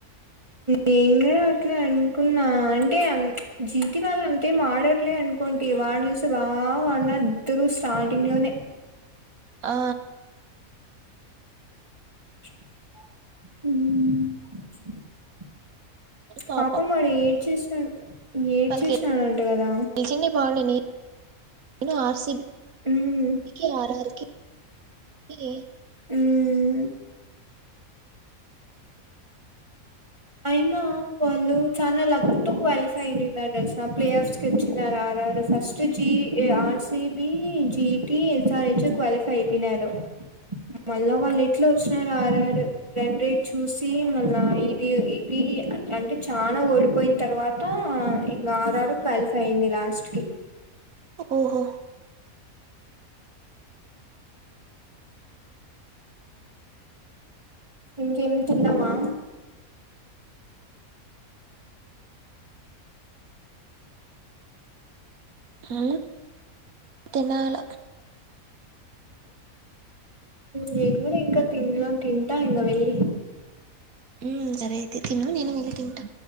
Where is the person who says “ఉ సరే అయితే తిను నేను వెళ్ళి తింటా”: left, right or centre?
Right